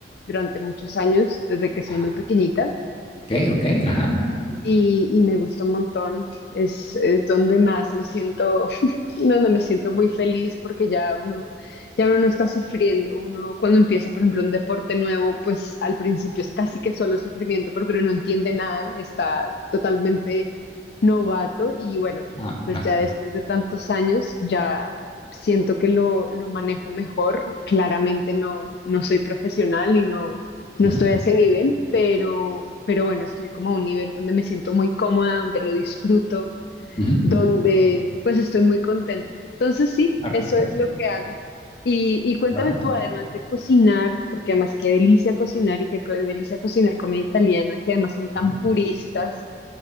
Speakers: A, on the left; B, on the left.
A: durante muchos años, desde que soy
B: ajá,
A: muy pequeñita
B: ok, ok, ajá,
A: y, y me gusta un montón. Es, es donde más me siento, <laughs> donde me siento muy feliz porque ya uno, ya uno no está sufriendo. Uno cuando empieza, por ejemplo, un deporte nuevo, pues al principio es casi que solo sufrimiento porque uno no entiende nada, está totalmente novato y bueno,
B: ah,
A: pues
B: claro,
A: ya después de tantos años ya siento que lo, lo manejo mejor. Claramente no, no soy profesional y no no
B: ujú,
A: estoy a ese nivel, pero, pero bueno, estoy como a un nivel donde me siento muy cómoda, donde lo disfruto,
B: ujú,
A: donde pues estoy muy contenta. Entonces sí,
B: claro,
A: eso
B: ujú,
A: es lo que hago. Y, y cuéntame
B: va, va,
A: tú, además de cocinar, porque además qué delicia cocinar y qué co- delicia cocinar comida italiana, que además son tan
B: ujú,
A: puristas,